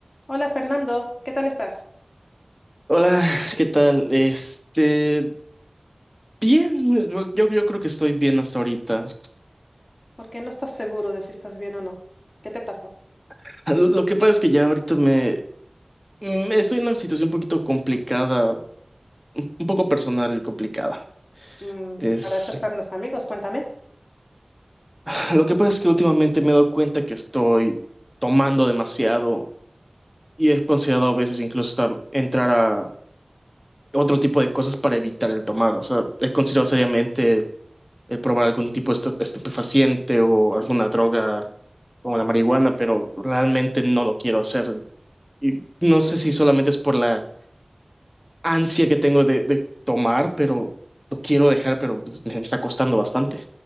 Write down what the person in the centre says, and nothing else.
Hola, ¿qué tal? Este, bien, yo, yo yo creo que estoy bien hasta ahorita.
<laughs> Lo, lo que pasa es que ya ahorita me, mm, estoy en una situación un poquito complicada, un poco personal y complicada.
Es,
<sighs> lo que pasa es que últimamente me he dado cuenta que estoy tomando demasiado y he considerado a veces incluso hasta entrar a otro tipo de cosas para evitar el tomar. O sea, he considerado seriamente eh, probar algún tipo de estu- estupefaciente o alguna droga como la marihuana, pero realmente no lo quiero hacer. Y no sé si solamente es por la ansia que tengo de, de tomar, pero lo quiero dejar, pero pues, me está costando bastante.